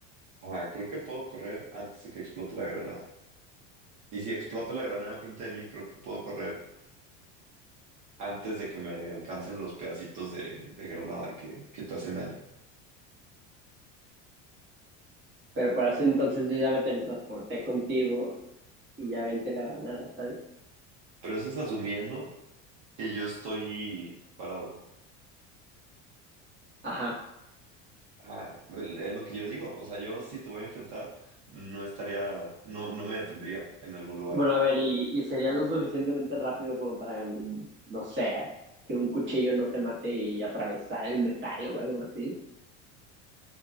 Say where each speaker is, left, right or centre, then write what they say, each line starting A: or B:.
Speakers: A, on the right; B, on the right.
A: Ajá, creo que puedo correr antes de que explote la granada. Y si explota la granada enfrente de mí, creo que puedo correr antes de que me alcancen los pedacitos de, de granada que, que te hacen daño.
B: Pero para ese entonces yo ya me teletransporté contigo y ya vente la granada, ¿sabes?
A: Pero eso es asumiendo que yo estoy parado.
B: Ajá.
A: Ajá, el- es lo que yo digo. O sea, yo si te voy a enfrentar, no estaría, no, no me detendría en algún lugar.
B: Bueno, a ver, y, y sería lo suficientemente rápido como para, no sé, que un cuchillo no te mate y atravesar el metal o algo así.